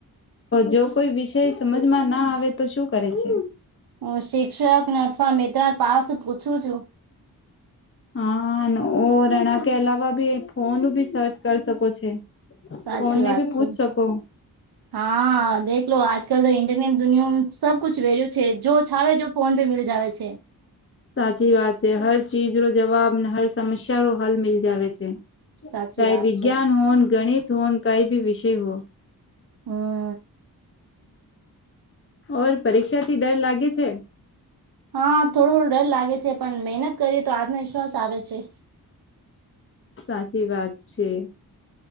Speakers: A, on the left; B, on the right.
A: જો કોઈ વિષય સમજમાં ના આવે તો શું કરે છે.
B: હ શિક્ષકને અથવા મિત્ર પાસ પૂછું છું
A: હા ઓ રણા કે અલાવા ભી ફોન ભી સર્ચ કરી શકો છે
B: સાચી
A: કોને
B: વાત
A: ભી પૂછ
B: છે.
A: સકો
B: હા દેખલો લો આજ કલ તો ઇન્ટરનેટ દુનિયામાં સબકુછ વેરુ છે જો છાવે જો ફોન રે મીલ જાવે છે
A: સાચી વાત છે હર ચીજનો જવાબ ને હર સમસ્યા નો હલ મિલ જાવે છે
B: સાચી
A: ચાહે
B: વાત
A: વિજ્ઞાન
B: છે
A: હોન ગણિત હોન કઈ ભી વિષય હો
B: હા
A: ઓર પરીક્ષા થી ડર લાગે છે
B: હા થોડો ડર લાગે છે પણ મહેનત કરી તો આત્મવિશ્વાસ આવે છે
A: સાચી વાત છે